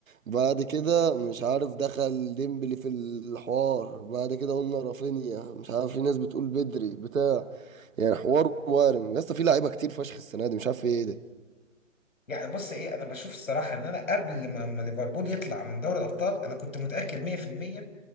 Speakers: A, on the right (about 80°); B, on the left (about 80°).
A: بعد كده مش عارف دخل ديمبلي في الحوار بعد كده قلنا رافينيا مش عارف في ناس بتقول بدري بتاع يعني حوار وارم يا اسطى في لعيبه كتير فشخ السنه دي مش عارف ايه ده
B: يعني بص ايه انا بشوف الصراحه ان انا قبل ما ما ليفربول يطلع من دوري الابطال انا كنت متاكد 100%